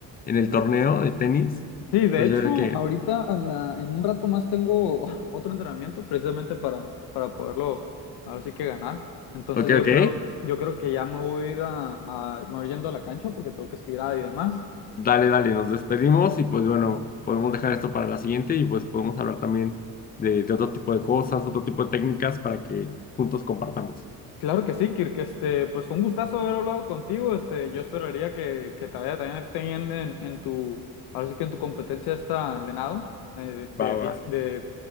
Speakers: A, on the left; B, on the left.
A: en el torneo de tenis.
B: Sí, de
A: Entonces
B: hecho,
A: yo creo que
B: ahorita a la- en un rato más tengo <laughs> otro entrenamiento precisamente para, para poderlo ahora sí que ganar. Entonces
A: Ok,
B: yo
A: ok.
B: creo, yo creo que ya me voy a ir a, a- me voy yendo a la cancha porque tengo que estirar y demás.
A: Dale, dale, nos despedimos y pues bueno, podemos dejar esto para la siguiente y pues podemos hablar también de, de otro tipo de cosas, otro tipo de técnicas para que juntos compartamos.
B: Claro que sí, Kirk, este, pues fue un gustazo haber hablado contigo. Este, yo esperaría que, que te vaya también bien en, en tu, ahora sí que en tu competencia esta de nado, eh, de
A: Va,
B: diez
A: va.
B: de